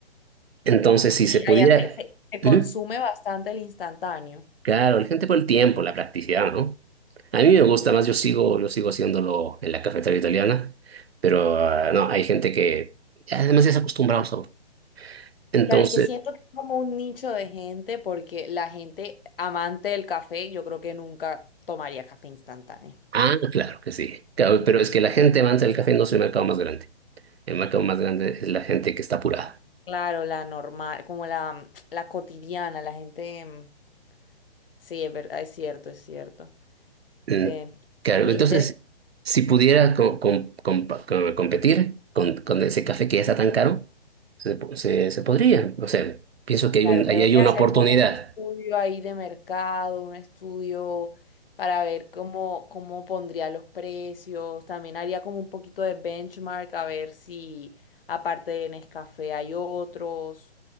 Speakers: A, on the right; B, on the left.
A: Entonces,
B: Sí,
A: si se pudiera...
B: allá se, se- se
A: ¿Mm?
B: consume bastante el instantáneo.
A: Claro, la gente por el tiempo, la practicidad, ¿no? A mí me gusta más, yo sigo, yo sigo haciéndolo en la cafetería italiana, pero ah, no, hay gente que además ya se ha acostumbrado al sabor. Entonces...
B: Claro, es que siento que es como un nicho de gente porque la gente amante del café, yo creo que nunca tomaría café instantáneo.
A: Ah, claro que sí. Claro, pero es que la gente amante del café no es el mercado más grande. El mercado más grande es la gente que está apurada.
B: Claro, la normal, como la, la cotidiana, la gente... mm, Sí, es verdad, es cierto, es cierto.
A: Mm,
B: Ve,
A: Claro,
B: qué interés.
A: entonces, si pudiera co- com- compa- co- competir con, con ese café que ya está tan caro, se, po- se, se podría. O sea, pienso que hay
B: Claro,
A: un,
B: tengo
A: ahí hay
B: que
A: una
B: hacer
A: oportunidad.
B: como un estudio ahí de mercado, un estudio para ver cómo, cómo pondría los precios. También haría como un poquito de benchmark a ver si aparte de Nescafé hay otros.